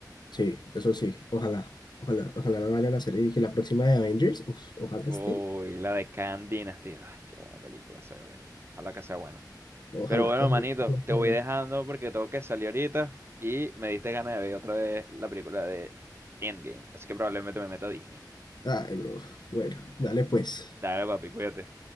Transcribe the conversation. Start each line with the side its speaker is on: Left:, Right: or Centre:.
Left: sí, eso sí, ojalá, ojalá, ojalá no vayan a hacer y que la próxima de Avengers, uf, ojalá
Right: Uy,
Left: esté,
Right: la de Khan Dynasty. Ay, qué buena película se ve venir. Ojalá que sea buena.
Left: ojalá.
Right: Pero bueno,
Left: ojalá,
Right: manito,
Left: ojalá.
Right: te voy dejando porque tengo que salir ahorita y me diste ganas de ver otra vez la película de Endgame. Así que probablemente me meta a Disney.
Left: Ay, bro, bueno, dale pues,
Right: Dale, papi, cuídate.